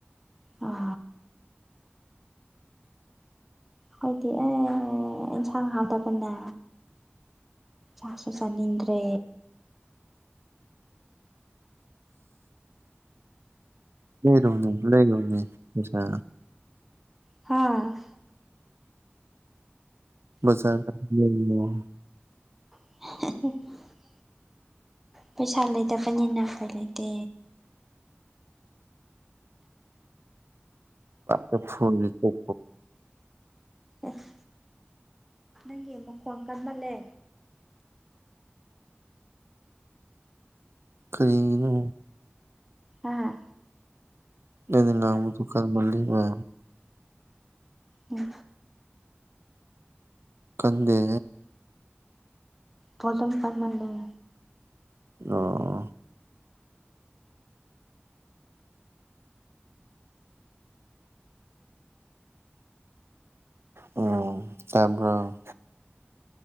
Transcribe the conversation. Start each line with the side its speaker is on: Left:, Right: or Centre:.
Centre: ꯑꯥ ꯑꯩꯈꯣꯏꯗꯤ ꯑꯦ ꯑꯦꯟꯁꯥꯡ ꯍꯥꯥꯎꯇꯕꯅ꯫ ꯆꯁꯨ ꯆꯅꯤꯡꯗ꯭ꯔꯦ꯫
Right: ꯂꯩꯔꯨꯝꯅꯤ ꯂꯩꯔꯨꯝꯅꯤ ꯄꯩꯁ
Centre: ꯍꯥꯥ꯫
Right: <unintelligible>
Centre: <unintelligible> ꯄꯩꯁꯥ ꯂꯩꯗꯄꯅꯤ ꯅꯅꯥꯈꯣꯏ ꯂꯩ ꯇ
Right: ꯄꯦ ꯐꯣꯟ ꯆꯣ
Centre: ꯑꯁ ꯅꯪꯒꯤ ꯃꯈꯣꯟ ꯀꯟꯃꯜꯂꯦ
Right: ꯈꯔꯤꯅ
Centre: ꯑꯥ
Right: ꯑꯦ ꯂꯕꯨꯗꯨꯀꯥꯟ ꯃ ꯂꯩꯕ
Centre: ꯎꯝ
Right: ꯀꯟꯗꯦ
Centre: ꯐꯖꯝ ꯀꯃꯜ ꯂꯩ
Right: ꯑꯣ ꯎꯝ ꯇꯕ꯭ꯔ